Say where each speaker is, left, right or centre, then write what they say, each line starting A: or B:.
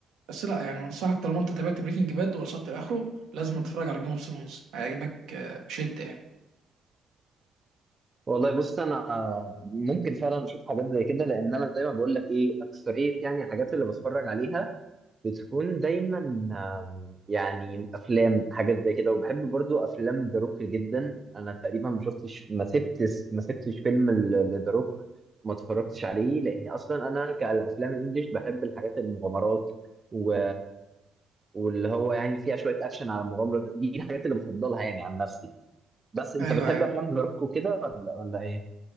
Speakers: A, on the right (about 85°); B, on the right (about 25°).
A: بس لا يعني انصحك طالما انت تابعت بريكنج باد ووصلت لاخره لازم تتفرج على جيم اوف ثرونز هيعجبك آه، بشده يعني
B: والله بص انا آه، ممكن فعلا اشوف حاجات زي كده لان انا زي ما بقول لك ايه اكثريه يعني الحاجات اللي بتفرج عليها بتكون دايما آم، يعني افلام حاجات زي كده وبحب برضو افلام ذا روك جدا انا تقريبا ما شفتش ما سبتش ما سبتش فيلم لذا روك ما اتفرجتش عليه لاني اصلا انا كالافلام الانجليش بحب الحاجات المغامرات و... واللي هو يعني فيها شويه اكشن على المغامره دي الحاجات اللي بفضلها يعني عن نفسي بس انت
A: ايوه
B: بتحب
A: ايوه
B: افلام ذا روك وكده ولا ولا ايه